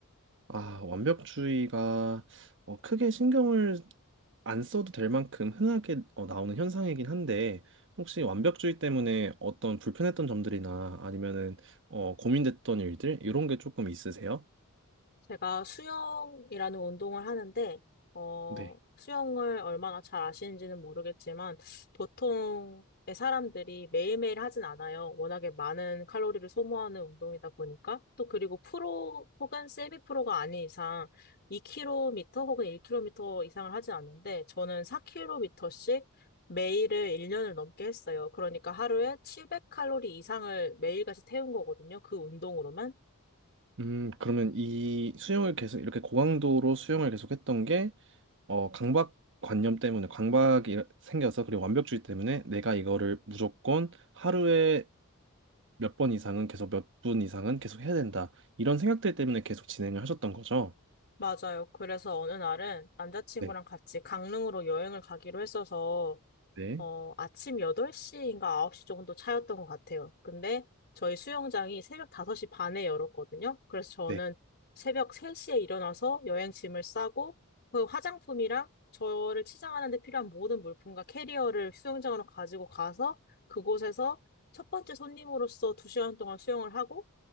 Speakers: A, on the right; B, on the left.
A: 아, 완벽주의가 어, 크게 신경을 안 써도 될 만큼 흔하게 어, 나오는 현상이긴 한데, 혹시 완벽주의 때문에 어떤 불편했던 점들이나 아니면은 어, 고민됐던 일들, 이런 게 조금 있으세요?
B: 제가 수영이라는 운동을 하는데, 어,
A: 네.
B: 수영을 얼마나 잘 아시는지는 모르겠지만, 보통의 사람들이 매일매일 하진 않아요. 워낙에 많은 칼로리를 소모하는 운동이다 보니까, 또 그리고 프로 혹은 세미 프로가 아닌 이상 2km 혹은 1km 이상을 하진 않는데, 저는 4km씩 매일을 1년을 넘게 했어요. 그러니까 하루에 700칼로리 이상을 매일같이 태운 거거든요. 그 운동으로만.
A: 음, 그러면 이 수영을 계속 이렇게 고강도로 수영을 계속했던 게 어, 강박관념 때문에 강박이 생겨서 그리고 완벽주의 때문에 내가 이거를 무조건 하루에 몇 번 이상은 계속 몇 분 이상은 계속 해야 된다. 이런 생각들 때문에 계속 진행을 하셨던 거죠?
B: 맞아요. 그래서 어느 날은 남자친구랑
A: 네,
B: 같이 강릉으로 여행을 가기로 했어서,
A: 네,
B: 어, 아침 8시인가 9시 정도 차였던 것 같아요. 근데 저희 수영장이 새벽 5시 반에 열었거든요. 그래서 저는
A: 네.
B: 새벽 3시에 일어나서 여행짐을 싸고, 그 화장품이랑 저를 치장하는 데 필요한 모든 물품과 캐리어를 수영장으로 가지고 가서, 그곳에서 첫 번째 손님으로서 두 시간 동안 수영을 하고,